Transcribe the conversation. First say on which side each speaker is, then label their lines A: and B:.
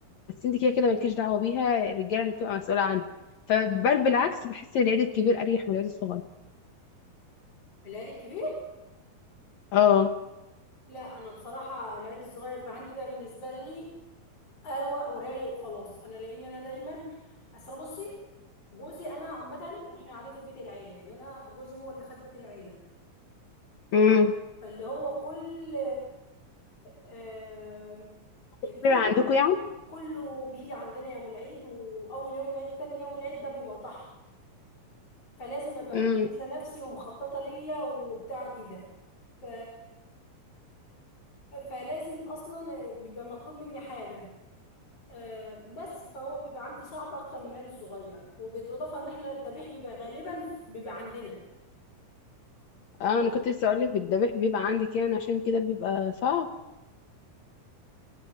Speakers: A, on the left; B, on the left.
A: بس انت كده كده مالكيش دعوة بيها الرجالة اللي بتبقى مسؤولة عنها فبل بالعكس بحس ان العيد الكبير أريح من العيد الصغير
B: العيد الكبير
A: اه
B: لا انا بصراحة العيد الصغير بقى عندي بقى بالنسبة لي اروق ورايق وخلاص انا لان انا دايما اصل بصي جوزي انا عامه احنا قاعدين في بيت العيله يعني انا جوزي هو اللي خد بيت العيله
A: امم
B: فاللي هو كل آه، آه، كل
A: كبير عندكم
B: كله بيجي عندنا يوم العيد واول يوم العيد وتاني يوم العيد ده بيبقى طحن فلازم ابقى
A: يعني
B: مجهزه نفسي ومخططه ليا وبتاع دي ده ف... فلازم اصلا بيبقى مطلوب مني حاجه آه، بس فهو بيبقى عندي صعب اكتر من العيد الصغير وبالاضافه ان احنا الذبيح بيبقى غالبا بيبقى عندنا
A: اه انا كنت لسه اقولك الذبيح بيبقى عندي كده أنا عشان كده بيبقى صعب